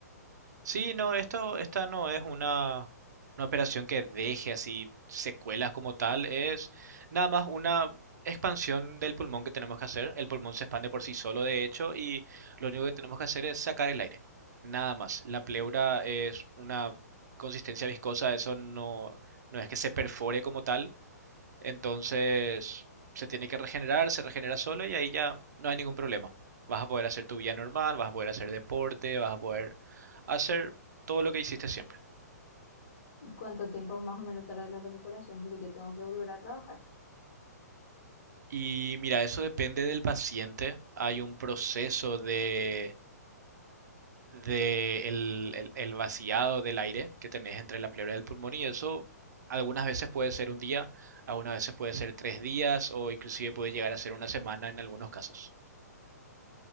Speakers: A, on the right; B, on the left.
A: Sí, no, esto, esta no es una, una operación que deje así secuelas como tal, es nada más una expansión del pulmón que tenemos que hacer. El pulmón se expande por sí solo, de hecho, y lo único que tenemos que hacer es sacar el aire. Nada más. La pleura es una consistencia viscosa, eso no, no es que se perfore como tal, entonces se tiene que regenerar, se regenera solo y ahí ya no hay ningún problema. Vas a poder hacer tu vida normal, vas a poder hacer deporte, vas a poder hacer todo lo que hiciste siempre.
B: ¿Y cuánto tiempo más o menos tarda la recuperación? Porque yo tengo que volver a trabajar.
A: Y mira, eso depende del paciente. Hay un proceso de, de el, el- el vaciado del aire que tenés entre la pleura y el pulmón y eso algunas veces puede ser un día, algunas veces puede ser tres días o inclusive puede llegar a ser una semana en algunos casos.